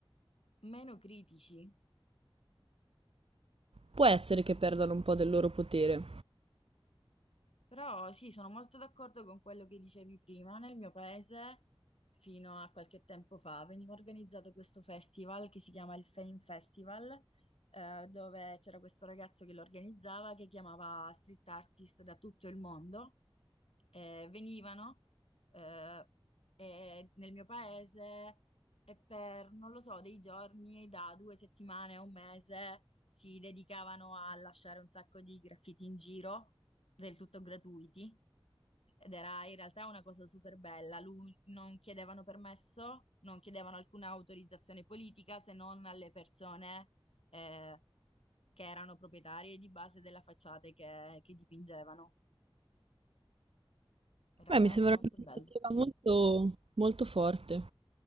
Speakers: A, on the left; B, on the right.
A: meno critici.
B: Può essere che perdano un po' del loro potere.
A: Però sì, sono molto d'accordo con quello che dicevi prima. Nel mio paese, fino a qualche tempo fa, veniva organizzato questo festival che si chiama il Fame Festival, eh, dove c'era questo ragazzo che lo organizzava che chiamava street artist da tutto il mondo. Eh, venivano eh, e nel mio paese e per, non lo so, dei giorni, da due settimane a un mese, si dedicavano a lasciare un sacco di graffiti in giro del tutto gratuiti ed era in realtà una cosa super bella. Lui non chiedevano permesso, non chiedevano alcuna autorizzazione politica se non alle persone eh, che erano proprietarie di base della facciata che, che dipingevano. Era
B: Beh,
A: veramente
B: mi sembra
A: molto
B: un'iniziativa
A: bello.
B: molto, molto forte.